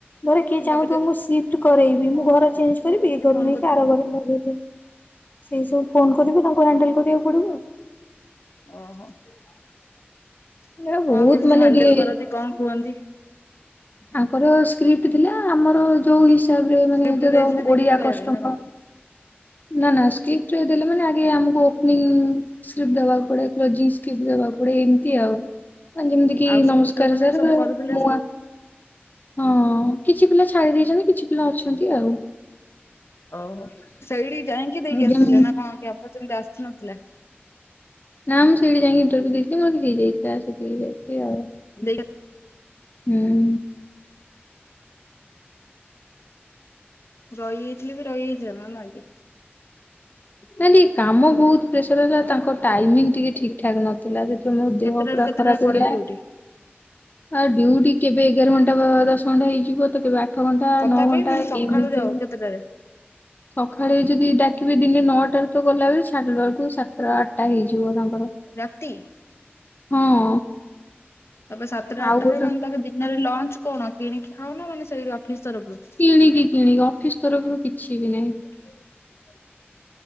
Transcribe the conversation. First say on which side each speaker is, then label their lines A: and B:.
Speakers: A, on the left; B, on the left.
A: ଧରେ କିଏ ଚାହୁଁଥିବ
B: ତାପରେ
A: ମୁଁ ସିଫ୍ଟ କରେଇବି ମୁଁ ଘର ଚେଞ୍ଜ କରିବି ଏ ଘରୁ
B: ଫୋନ
A: ନେଇକି ଆର ଘର ଲଗେଇବି। ସେଇସବୁ ଫୋନ୍ କରିବେ ତାଙ୍କୁ ହ୍ୟାଣ୍ଡେଲ୍ କରିବାକୁ ପଡ଼ିବ ଆଉ।
B: ଓହୋ କଣ
A: ଏଇଟା ବହୁତ
B: କେମିତି
A: ମାନେ
B: ହ୍ୟାଣ୍ଡେଲ
A: ଟିକେ
B: କରନ୍ତି କଣ କୁହନ୍ତି?
A: ଆଙ୍କର ସ୍କ୍ରିପ୍ଟି ଥିଲା ଆମର ଯୋଉ ହିସାବରେ ମାନେ
B: ସ୍କ୍ରିପ୍ଟ
A: ଯୋଟ
B: ଦେଇଥିଲେ ଦେଖିକି
A: ଓଡିଆ
B: କହିବା
A: କଷ୍ଟମର।
B: ପାଇଁ ନା କଣ?
A: ନା ନା ସ୍କିପ୍ପ୍ଟି ଦେଲେ ମାନେ ଆଗେ ଆମକୁ ଓପନିଂ ସ୍କିପି ଦବାକୁ ପଡେ କି ଜିସ୍କି ସ୍କିପି ଦବାକୁପଡେ ଏମିତି ଆଉ। ଯେମିତି କି
B: ଆଉ ସବୁ
A: ନମସ୍କାର
B: ଯୋଉମାନେ
A: ସାର୍
B: ସବୁ କରୁଥିଲେ
A: ମୁଁ ଆ ହଁ କିଛି ପିଲା ଛାଡି ଦେଇେଛନ୍ତି। କିଛି ପିଲା ଅଛନ୍ତି ଆଉ।
B: ଓହୋ ସେଇଠି ଯାଇକି ଦେଇକି
A: ଯେମିତି
B: ଆସିଲେ ନା କଣ କ୍ୟାପଚୁନ ଟା ଆସିନଥିଲା।
A: ନା ମୁଁ ସେଇଠି ଯାଇକି ଇଣ୍ଟରଭିୟୁ ଦେଇଥିଲି ମୋର ହେଇଯାଇଥିଲା ସେଠିକି ଯାଇଥିଲି ଆଉ।
B: <inaudible>
A: ହୁଁ।
B: ରହିଯାଇଥିଲେ ବି ରହିଯାଇ ଥାନ୍ତ ନା କି।
A: ନା ଟିକେ କାମ ବହୁତ ପ୍ରେସର ହେଲା ତାଙ୍କ ଟାଇମିଙ୍ଗି ଟିକେ ଠିକି ଠାକ ନଥିଲା। ଥିଲା ସେଥିରେ ମୋ
B: କେତେଟାରୁ
A: ଦେହ ପୁରା
B: କେତେଟା
A: ଖରାପ
B: ପଡେ
A: ହେଲା।
B: ଡ୍ୟୁଟି?
A: ଆଉ ଡିଉଟି କେବେ ଏଗାର ଘଣ୍ଟା ବା ଦଶ ଘଣ୍ଟା ହେଇଯିବ ତ କେବେ ଆଠ ଆଠ ଘଣ୍ଟା
B: ତଥାପି
A: ନଅ ଘଣ୍ଟା
B: ମାନେ ସକାଳୁ
A: ଏମିତି
B: ଯାଉ କେତେଟାରେ
A: ସକାଳେ ଯଦି ଡାକି କେବେ ଦିନେ ନଅଟାରେ ତ ଗଲା ବେଲିକୁ ସାରିଲା ବେଳକୁ ସାତଟା ଆଠଟା ହେଇଯିବ ତାଙ୍କର।
B: ରାତି।
A: ହଁ।
B: ତାପରେ ସାତଟା
A: ଆଉ
B: ଆଟାରେ
A: ଗୋଟେ
B: ମାନେ ତମେ ଦିନରେ ଲଞ୍ଚ କଣ କିଣିକି ଖାଉନା ମାନେ ସେଇ ଅଫିସି ତରଫରୁ।
A: କିଣିକି କିଣିକି ଅଫିସି ତରଫରୁ କିଛି ବି ନାହିଁ।
B: <inaudible>